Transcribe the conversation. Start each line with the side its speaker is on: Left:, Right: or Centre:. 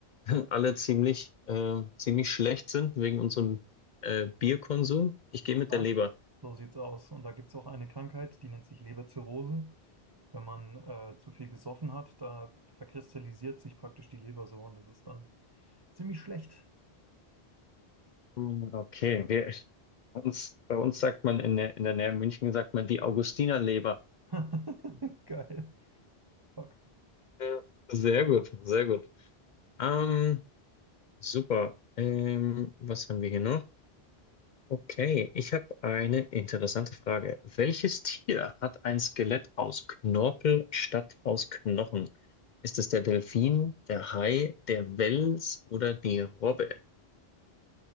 Left: <laughs> alle ziemlich, äh, ziemlich schlecht sind wegen unserem äh, Bierkonsum? Ich
Right: Exakt,
Left: gehe mit der Leber.
Right: so sieht's aus. Und da gibt es auch eine Krankheit, die nennt sich Leberzirrhose. Wenn man äh, zu viel gesoffen hat, da verkristallisiert sich praktisch die Leber so und das ist dann ziemlich schlecht.
Left: Hm, Okay, wir, bei uns, bei uns sagt man in der, in der Nähe München sagt man die Augustinerleber.
Right: <laughs> Geil. Fuck.
Left: Ja. Sehr gut, sehr gut. Ähm, super. Ähm, was haben wir hier noch? Okay, ich habe eine interessante Frage. Welches Tier hat ein Skelett aus Knorpel statt aus Knochen? Ist es der Delfin, der Hai, der Wels oder die Robbe?